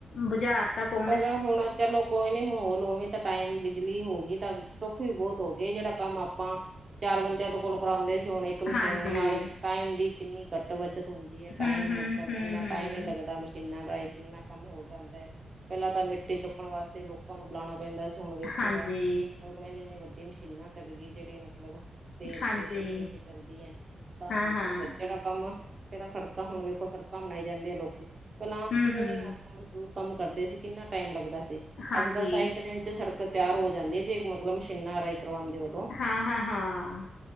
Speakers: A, on the left; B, on the right.
A: ਬੁਝਾਰਤਾਂ ਪਓ।
B: ਪਰ ਹੁਣ ਚੱਲੋ ਕੋਈ ਨੀ ਮਾਹੌਲ ਉਵੇਂ ਤਾਂ ਟਾਈਮ ਬਿਜਲੀ ਹੋ ਗਈ ਏ ਤਾਂ ਸੁੱਖ ਵੀ ਬਹੁਤ ਹੋ ਗਏ ਜਿਹੜਾ ਕੰਮ ਆਪਾਂ ਚਾਰ ਬੰਦਿਆਂ ਦੇ ਕੋਲੋ ਕਰਾਉਂਦੇ ਸੀ ਹੁਨ ਇੱਕ ਇੱਕ ਮਸ਼ੀਨ
A: ਹਾਂਜੀ
B: ਨਾਲ ਟਾਈਮ ਦੀ। ਕਿੰਨੀ ਕੱਟ ਬੱਚਤ ਹੁੰਦੀ ਐ। ਟਾਈਮ
A: ਹੂੰ-ਹੂੰ-ਹੂੰ-ਹੂੰ-ਹੂੰ
B: ਮਤਲਬ ਇੰਨਾ ਟਾਈਮ ਨਈ ਲੱਗਦਾ ਮਸ਼ੀਨਾਂ ਰਾਹੀਂ ਕਿੰਨਾ ਕੰਮ ਹੋ ਜਾਂਦਾ ਐ। ਪਹਿਲਾਂ ਤਾਂ ਮਿੱਟੀ ਚੁੱਕਣ ਵਾਸਤੇ ਲੋਕਾਂ ਨੂੰ ਬੁਲਾਉਣਾ ਪੈਂਦਾ ਸੀ ਹੁਣ ਵੇਖੋ
A: ਹਾਂਜੀ
B: ਆ। ਇੰਨੀ -ਇੰਨੀ ਵੱਡੀ ਮਸ਼ੀਨਾਂ ਚੱਲ ਗਈ ਜੈੜੀ ਮਤਲਬ। ਤੇਲ
A: ਹਾਂਜੀ
B: ਤੇ ਬਿਜਲੀ ਤੇ ਚੱਲਦੀ ਅ। ਤਾਂ
A: ਹਾਂ-ਹਾਂ
B: ਮਤਲਬ ਜੇੜਾ। ਕੰਮ ਪਹਿਲਾਂ ਸੜਕਾਂ ਹੁਣ ਵੇਖੋ ਸੜਕਾਂ ਬਣਾਈ ਜਾਂਦੀ ਆ ਲੋਕੀ ਪਹਿਲਾਂ
A: ਹੂੰ-ਹੂੰ
B: ਕਿੰਨੇ। ਮਜ਼ਦੂਰ ਕੰਮ ਕਰਦੇ ਸੀ। ਕਿੰਨਾ ਟਾਈਮ ਲੱਗਦਾ ਸੀ
A: ਹਾਂਜੀ
B: ਅੱਜ ਕੱਲ੍ਹ ਤਾਂ ਇੱਕ ਦਿਨ ਚ ਸੜਕ। ਤੇ ਤਿਆਰ ਹੋ ਜਾਂਦੀ ਜੇ ਮਤਲਬ ਮਸ਼ੀਨਾਂ ਰਾਈ ਕਰਵਾਉਂਦੇ ਔ।
A: ਹਾਂ-ਹਾਂ, ਹਾਂ